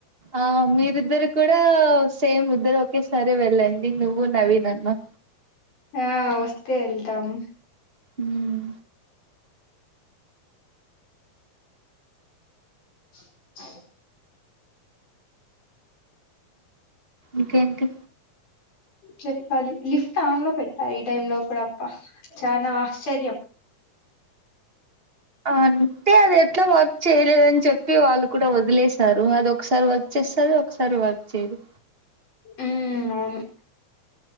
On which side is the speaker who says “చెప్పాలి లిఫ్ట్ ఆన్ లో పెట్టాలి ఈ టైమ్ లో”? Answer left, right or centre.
Left